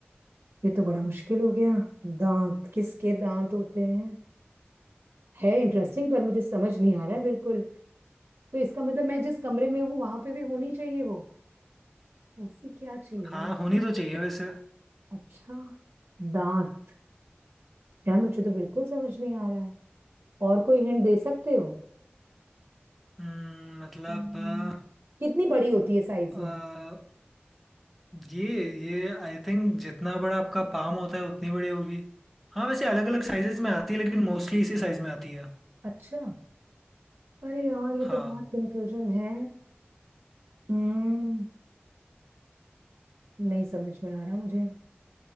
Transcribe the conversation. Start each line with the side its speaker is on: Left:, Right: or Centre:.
Right: ये तो बड़ा मुश्किल हो गया दांत किसके दांत होते हैं है इंटरेस्टिंग पर मुझे समझ नहीं आ रहा है बिल्कुल तो इसका मतलब मैं जिस कमरे में हूँ वहां पे भी होनी चाहिए वो ऐसी क्या चीज
Centre: हाँ
Right: है
Centre: होनी तो चाहिए वैसे
Right: अच्छा दांत यार मुझे तो बिल्कुल समझ नहीं आ रहा है और कोई हिंट दे सकते हो
Centre: हम्म, मतलब
Right: हम्म,
Centre: आ,
Right: कितनी बड़ी होती है साइज
Centre: आ,
Right: में
Centre: ये ये आई थिंक जितना बड़ा आपका पाम होता है उतनी बड़ी होगी हाँ वैसे अलग अलग साइजेस में आती है लेकिन मोस्टली इसी साइज में आती है
Right: अच्छा अरे यार ये
Centre: हाँ
Right: तो बहुत कंफ्यूजन है हम्म नहीं समझ में आ रहा मुझे